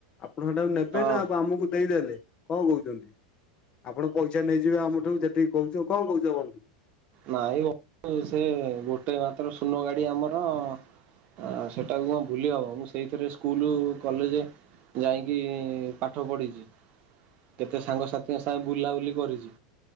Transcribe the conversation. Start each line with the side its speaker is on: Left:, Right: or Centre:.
Left: ଆପଣ ସେଟାକୁ ନେବେ
Right: ହଁ
Left: ନା ଆଉ ଆମକୁ ଦେଇଦେଲେ? କଣ କହୁଛନ୍ତି? ଆପଣ ପଇସା ନେଇଯିବେ ଆମଠୁ ଯେତିକି କହୁଛ କଣ କହୁଛ ବନ୍ଧୁ?
Right: ନାଇଁ ସେ ଗୋଟେ ମାତ୍ର ଶୂନ ଗାଡ଼ି ଆମର। ଆ ସେଟାକୁ କଣ ଭୁଲି ହବ ମୁଁ ସେଇଥିରେ ସ୍କୁଲ କଲେଜେ ଯାଇକି ପାଠ ପଢ଼ିଛି। କେତେ ସାଙ୍ଗସାଥିଙ୍କ ସାଙ୍ଗେ ବୁଲାବୁଲି କରିଛି